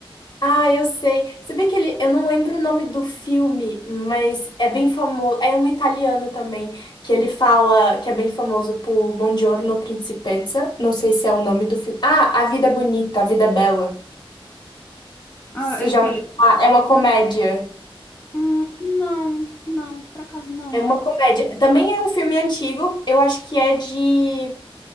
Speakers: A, on the left; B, on the left.
A: Ah, eu sei. Você vê que ele, eu não lembro o nome do filme, mas é bem famoso. É um italiano também, que ele fala que é bem famoso por Buongiorno Principessa. Não sei se é o nome do filme. Ah, A Vida é Bonita, A Vida é Bela.
B: Ah,
A: Você
B: é
A: já
B: aquele...
A: ouviu falar? É uma comédia.
B: Hum, não, não, por acaso não.
A: É uma comédia. Também é um filme antigo. Eu acho que é de